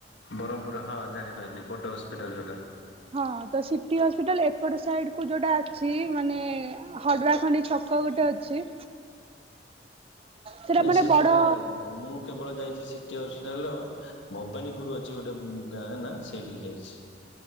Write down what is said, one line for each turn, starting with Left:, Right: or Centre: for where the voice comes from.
Left: ବରହ୍ମପୁର ହଁ ଜାଣିପାରିଲି ବଡ ହସ୍ପିଟାଲ ଯୋଉଟା।
Right: ହଁ ତ ସିଟି ହସ୍ପିଟାଲ ଏପଟ ସାଇଡ କୁ ଯୋଉଟା ଅଛି। ମାନେ ହଡରା ଖଣ୍ଡି ଛ କ ଗୋଟେ ଅଛି।
Left: <inaudible>
Right: ସେଟା
Left: ନାଇଁ
Right: ମାନେ
Left: ସେପଟେ
Right: ବଡ
Left: ଏରିଆ ନୁହଁ, ମୁଁ କେବଳ ଯାଇଛି ସିଟି ହସ୍ପିଟାଲର ଭବାନୀପୁର ଅଛି ଗୋଟେ ଗାଁ ନା ସେଇଠିକି ଯାଇଛି।